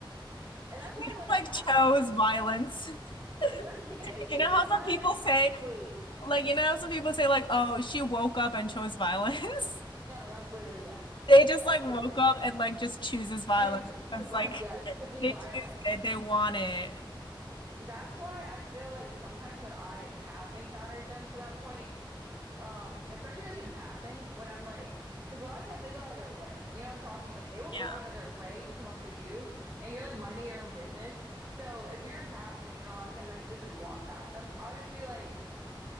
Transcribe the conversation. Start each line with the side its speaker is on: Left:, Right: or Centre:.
Right: and that's why
Left: just
Right: when that
Left: like
Right: happens,
Left: chose violence. <laughs>
Right: <laughs> they choose
Left: You know how
Right: violence
Left: some people say,
Right: actively.
Left: like, you know how some people say, like, oh, she woke up and chose violence?
Right: No,
Left: <laughs>
Right: that's literally them.
Left: They just
Right: Actively
Left: like woke up and like just chooses
Right: choose
Left: violence.
Right: to,
Left: It's
Right: vi-
Left: like
Right: yes, to be
Left: They
Right: violent.
Left: choose it. They want it.
Right: That's why I feel like sometimes when I have encountered them to that point, um, especially like in passing, when I'm like, because a lot of times they go out of their way. You know what I'm talking? Like they will
Left: Yeah.
Right: go out of their way to come up to you and you're like minding your own business. So if you're in passing, and a lot of times I could just like walk past them, I'll just be like,